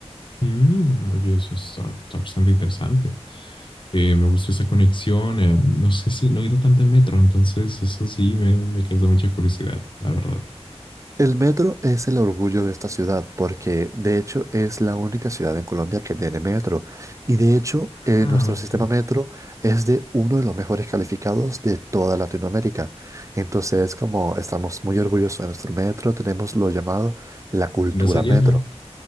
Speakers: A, on the left; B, on the right.
A: Mm, oye, eso está, está bastante interesante. Eh, me gustó esa conexión. eh, no sé si no he ido tanto en metro, entonces eso sí me, me causa mucha curiosidad, la verdad.
B: El metro es el orgullo de esta ciudad porque de hecho es la única ciudad en Colombia que tiene metro y de hecho eh,
A: Ah,
B: nuestro
A: ok.
B: sistema metro es de uno de los mejores calificados de toda Latinoamérica. Entonces como estamos muy orgullosos de nuestro metro, tenemos lo llamado la cultura
A: Y no se llena.
B: metro.